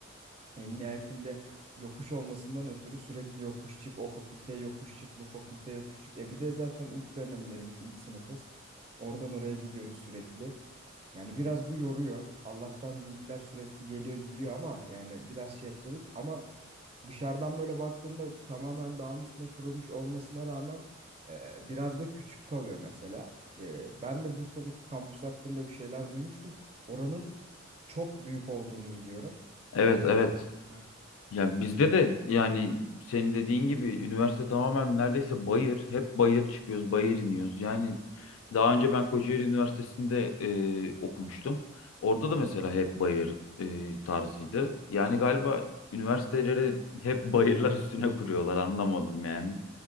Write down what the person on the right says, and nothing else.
en nihayetinde yokuş olmasından ötürü sürekli yokuş çık, o fakülteye yokuş çık, bu fakülteye yokuş çık. E bir de zaten ilk dönemlerimiz, ilk sınıfız. Oradan oraya gidiyoruz sürekli. Yani biraz bu yoruyor. Allah'tan linkler sürekli geliyor gidiyor ama yani biraz şey yapıyoruz. Ama dışarıdan böyle baktığında tamamen dağın üstüne kurulmuş olmasına rağmen e, biraz da küçük kalıyor mesela. E, ben de Bursa'daki kampüs hakkında bir şeyler duymuştum. Oranın çok büyük olduğunu biliyorum.
Yani
e,